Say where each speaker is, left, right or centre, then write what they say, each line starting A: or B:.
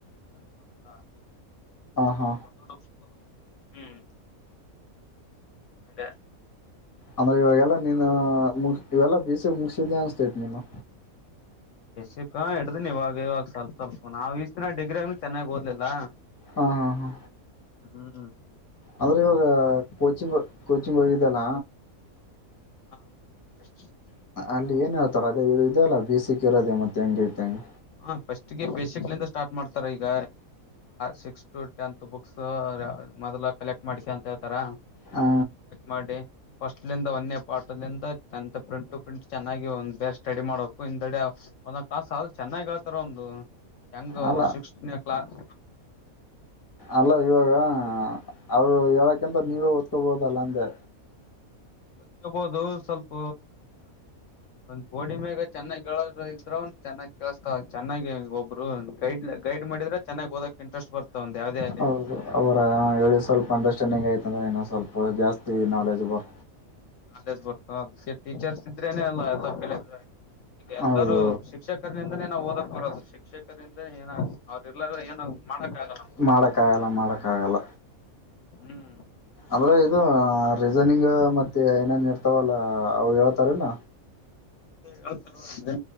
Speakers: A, on the left; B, on the left.
A: ದೊಡ್ಡ ದೊಡ್ಡ
B: ಹಾ
A: ಹ್ಮ್ ಅದೇ
B: ಆಮೇಲೆ ಇವಾಗೆಲ್ಲ ನೀನು ಮುಗಿಸಿ ಇವೆಲ್ಲ ಪಿ ಸಿ ಮುಗಿಸಿದು ಅನಿಸ್ತಾತೈತೆ ನೀನು
A: ಎಸಕ್ಕ ಇಡ್ದಿನಿ ಇವಾಗ ಇವಾಗ ಸ್ವಲ್ಪ ಸ್ವಲ್ಪ ನಾಾವವು್ಿನ ಡಿ್ರ ಆಗ ಚನ್ನಾಗ್ಓದಲಿಲ್ಲ
B: ಹಾ ಹಾ ಹಾ
A: ಹ್ಮ್ ಹ್ಮ್
B: ಆದ್ರೆ ಇವಾಗ ಕೋಚಿಂಗ್ ಕೋಚಿಂಗ್ ಹೋಗಿದಲ್ಲ
A: ನೆಕ್ಸ್ಟ್ <unintelligible>
B: ಅಲ್ಲಿ ಏನು ಹೇಳ್ತಾರೆ ಅದೇ ಇ ಇದೆ ಅಲ್ಲ ಬಸಕ್ ಇರೋದೆ ಮತ್ತುತ್ತ ಹೆಂೈಐತೆ ಹೆಂಗೆ
A: ಹ ಫಸ್ಟ್ಗೆ ಬೇಸಿಕ್ಲಿಂದ ಸ್ಟಾರ್ಟ್ ಮಾಡ್ತಾರ ಈಗ ಸಿಕ್ಸ್ ಟೆಂತ್ ಬುಕ್ಸ್ ಮೊದಲ ಕಲೆಕ್ಟ್ ಮಾಡ್ಸ ಅಂತ ಹೇತಾರ
B: ಹಾ
A: ಮಾಡಿ ಫಸ್ಟ್ಂದ ಒಂದೇ ಪಾರ್ಟಿಂದ ಎಂತ ಪ್ರಿಂಟ್ ಟು ಪ್ರಿಂಟ್ ಚೆನ್ನಾಗಿ ಒಂದ್ ಬೆಸ್ಟ್ ಸ್ಟಡಿ ಮಾಡಬೇಕು <unintelligible> ಚೆನ್ನಾಗಿ ಹೇಳ್ತಾರ ಒಂದು ಹೆಂಗೊ
B: ಅಲ್ಲ
A: ಸಿಕ್ಸನೇ ಕ್ಲಾಸ್
B: ಅಲ್ಲ ಇವಾಗ ಅವರು ಹೇಳಕ್ಕಿಂತ ನೀವೇ ಓದ್ಕೋಬಹುದಲ್ಲ ಅಂದೆ
A: ಓದ್ಕೊಬಹುದು ಸ್ವಲ್ಪ ಒಂದ್ ಬೋಡಿ ಮೇಗ ಚೆನ್ನಾಗಿ ಹೇಳೋರು ಇದ್ರ ಒಂದ ಚೆನ್ನಾಗಿ ಕೇಳಸ್ತಾವ ಚೆನ್ನಾಗಿ ಒಬ್ರು ಗೈಡ್ ಲೈನ್ ಗೈಡ್ ಮಾಡಿದ್ರೆ ಚೆನ್ನಾಗಿ ಓದಕ್ ಇಂಟರೆಸ್ಟ್ ಬರ್ತಾವಂದ್ ಯಾವ್ದ ಆಗ್ಲಿ
B: ಹೌದು ಅವರ ಹೇಳಿ ಸ್ವಲ್ಪ ಅಂಡರ್ಸ್ಟ್ಯಾಂಡಿಂಗ್ ಐತಂದ ಸ್ವಲ್ಪ ಜಾಸ್ತಿ
A: ಹ್ಮ್
B: ನಾಲೆಜ್ ಬರ್ತಾವ
A: ನಾಲೆಜ್ ಬರ್ತವಾ ಅದಕ್ಕೆ ಟೀಚರ್ಸ್ ಇದ್ರೇನೆ ಅಲ್ಲ ಎಲ್ಲ ಕಲಿಯಕ್ಕ ಈಗ ಎಲ್ಲರೂ
B: ಹೌದು
A: ಶಿಕ್ಷಕ ಶಿಕ್ಷಕರರಿಂದಾನೆ ನಾ ಓದಕ್ ಬರೋದು ಶಿಕ್ಷಕರಿಂದನ ಏನ ಅವ್ರಲ್ಲಾರ ಏನ ಮಾಡಕ್ ಆಗಲ್ಲ
B: ಮಾಡಕ್ಕ ಆಗಲ್ಲ ಮಾಡಕ್ಕ ಆಗಲ್ಲ
A: ಹ್ಮ್
B: ಅಂದ್ರೆ ಇದು ರೀಸನಿಂಗ್ ಮತ್ತೆ ಏನೇನ್ ಇರ್ತಾವಲ್ಲ ಅ ಹೇಳ್ತಾರಲ್ಲ
A: ಹಾ ಹೇಳ್ತಾರೆ